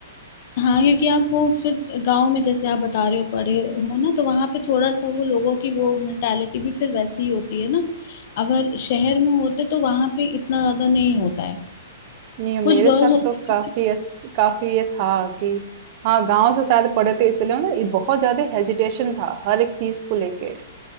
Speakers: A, on the left; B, on the right.
A: हाँ क्योंकि आप वो फिर गांव में जैसे आप बता रहे हो पढ़े हो ना तो वहां पे थोड़ा सा वो लोगों की वो मेंटालिटी भी फिर वैसी ही होती है ना अगर शहर में होते तो वहां पे इतना ज्यादा नहीं होता है
B: नहीं मेरे
A: कुछ गर्ल्स
B: साथ
A: होती
B: तो काफी
A: हैं जो-
B: अच्छ, काफी ये था कि हाँ गांव से शायद पढ़े थे इसलिए ना ये बहुत ज्यादा हेजिटेशन था हर एक चीज को लेके